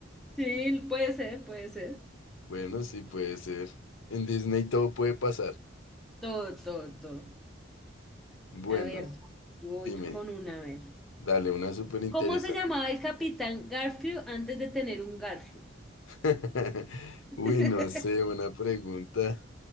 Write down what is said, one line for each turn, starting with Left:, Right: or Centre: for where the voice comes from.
Centre: Sí, puede ser, puede ser.
Left: Bueno, sí puede ser. En Disney todo puede pasar.
Centre: Todo, todo, todo.
Left: Bueno,
Centre: A ver, yo voy
Left: dime,
Centre: con una, a ver.
Left: dale una súper interesante.
Centre: ¿Cómo se llamaba el capitán Garfield antes de tener un Garfield?
Left: <laughs>
Centre: <laughs>
Left: Uy, no sé, buena pregunta.